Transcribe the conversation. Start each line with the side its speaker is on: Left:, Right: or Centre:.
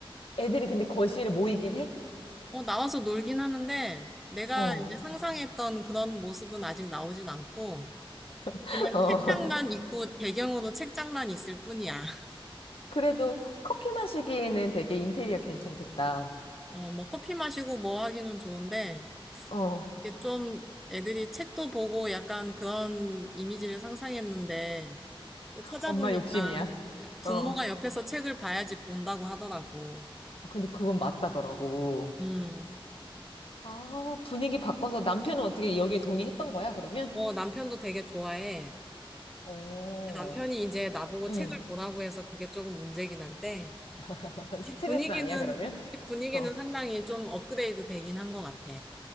Left: 애들이 근데 거실에 모이긴 해?
Centre: 어, 나와서 놀긴 하는데, 내가
Left: 어.
Centre: 이제 상상했던 그런 모습은 아직 나오진 않고,
Left: <laughs>
Centre: 그냥
Left: 어.
Centre: 책장만 있고, 배경으로 책장만 있을 뿐이야. <laughs>
Left: 그래도 커피만 시기에는 되게 인테리어 괜찮겠다.
Centre: 어, 뭐 커피 마시고 뭐 하기는 좋은데,
Left: 어.
Centre: 이게 좀 애들이 책도 보고 약간 그런 이미지를 상상했는데, 또 찾아보니까
Left: 엄마 욕심이야.
Centre: 부모가
Left: 어. 아,
Centre: 옆에서 책을 봐야지 본다고 하더라고.
Left: 근데 그건 맞다더라고.
Centre: 음,
Left: 아, 분위기 바꿔서 남편은 어떻게 여기에 동의했던 거야, 그러면?
Centre: 어, 남편도 되게 좋아해.
Left: 어.
Centre: 남편이 이제 나보고
Left: 응.
Centre: 책을 보라고 해서 그게 조금 문제긴 한데,
Left: <laughs> 스트레스
Centre: 분위기는,
Left: 아니야, 그러면?
Centre: 집 분위기는
Left: 어.
Centre: 상당히 좀 업그레이드 되긴 한 것 같아.